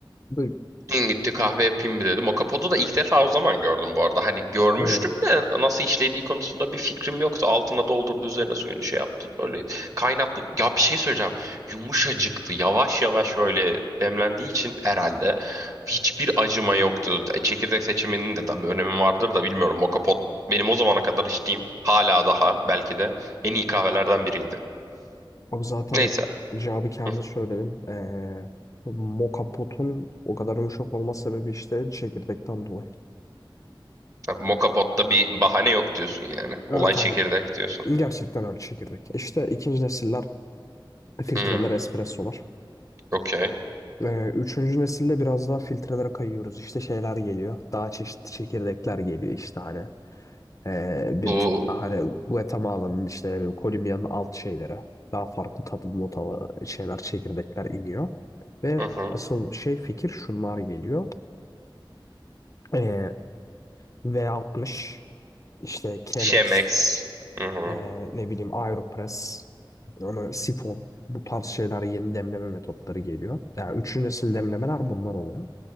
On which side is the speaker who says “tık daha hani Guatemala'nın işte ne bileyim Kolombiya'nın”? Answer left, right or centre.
Left